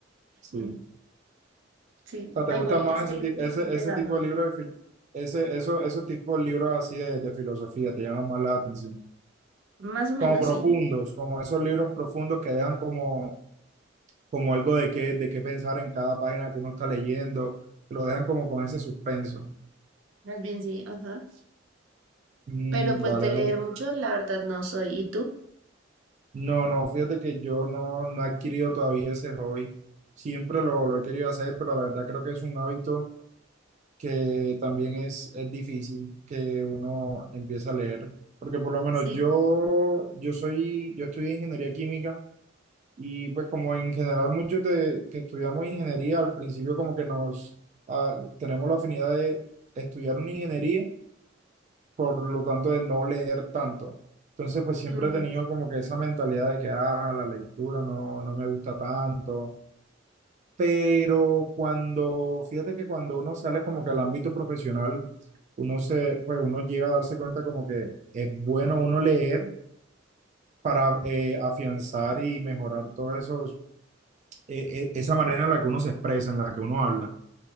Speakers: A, on the right (about 35°); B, on the right (about 80°).
A: Sí.
B: Mm, Sí,
A: sea, ¿te
B: ahí
A: gusta
B: voy,
A: más
B: es que
A: ese
B: le,
A: tipo,
B: le estoy
A: ese,
B: empezando.
A: ese tipo de libros de fil- ese, eso, esos tipos de libros así de, de filosofía te llaman más la atención?
B: Más o menos
A: Como profundos,
B: sí,
A: como esos libros profundos que dejan como, como algo de qué, de qué pensar en cada página que uno está leyendo, lo dejan como con ese suspenso.
B: más bien sí, ajá.
A: Mm,
B: Pero pues
A: vale,
B: de
A: vale.
B: leer mucho, la verdad no soy. ¿Y tú?
A: No, no, fíjate que yo no, no he adquirido todavía ese hobby. Siempre lo, lo he querido hacer, pero la verdad creo que es un hábito. que también es, es difícil que uno empiece a leer, porque por lo menos
B: Sí,
A: yo, yo soy, yo estudié ingeniería química y pues como en general muchos de, que estudiamos ingeniería, al principio como que nos, ah, tenemos la afinidad de estudiar una ingeniería, por lo tanto de no leer tanto. Entonces pues siempre
B: ujú.
A: he tenido como que esa mentalidad de que, ah, la lectura no, no me gusta tanto pero cuando, fíjate que cuando uno sale como que al ámbito profesional, uno se, pues uno llega a darse cuenta como que es bueno uno leer para eh, afianzar y mejorar todo esos, eh, eh, esa manera en la que uno se expresa, en la que uno habla